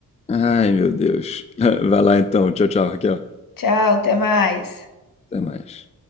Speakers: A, on the left; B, on the left.
A: Ai, meu Deus. <laughs> Vai lá então, tchau, tchau, Raquel.
B: Tchau, até mais.
A: Até mais.